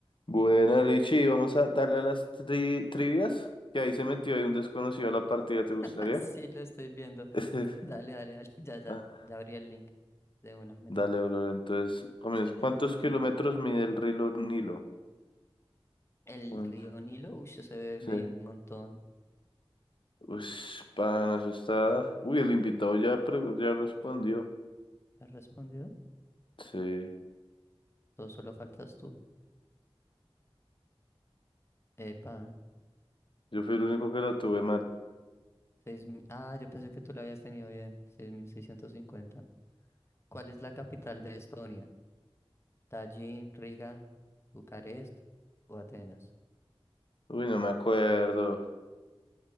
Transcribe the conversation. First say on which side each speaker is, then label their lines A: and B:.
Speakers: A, on the left (about 55°); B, on the left (about 25°).
A: Buena, Richie, vamos a darle a las tri- trivias, que ahí se metió ahí un desconocido a la partida, ¿te gustaría?
B: <laughs> Sí, lo estoy viendo.
A: <laughs>
B: Dale, dale, dale. <laughs> Ya, ya,
A: Ah,
B: ya abrí el link de una. Me
A: dale,
B: tomo.
A: bro, entonces, comienza.
B: <clears throat>
A: ¿Cuántos
B: Perdón.
A: kilómetros mide el río Nilo?
B: El
A: Un-
B: río Nilo, uy, se debe
A: Sí.
B: medir un montón.
A: Uy, pana, eso está... Uy, el invitado ya, pre- ya respondió.
B: ¿Has respondido?
A: Sí,
B: Todo solo faltas tú. Epa.
A: yo fui el único que la tuve mal.
B: seis mil. Ah, yo pensé que tú lo habías tenido bien. 6.650. ¿Cuál es la capital de Estonia? Tallin, Riga, Bucarest o Atenas.
A: Uy, no me acuerdo.